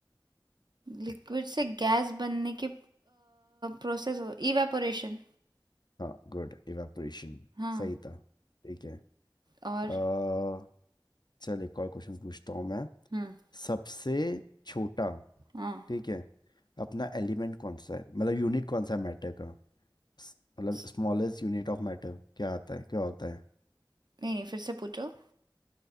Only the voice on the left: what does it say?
हाँ गुड इवेपोरेशन
सही था ठीक है
अ, चल एक और क्वेश्चन पूछता हूँ मैं
सबसे छोटा
ठीक है अपना एलिमेंट कौन सा है मतलब यूनिट कौन सा है मैटर का स- मतलब
स्मॉलेस्ट यूनिट ऑफ मैटर क्या आता है क्या होता है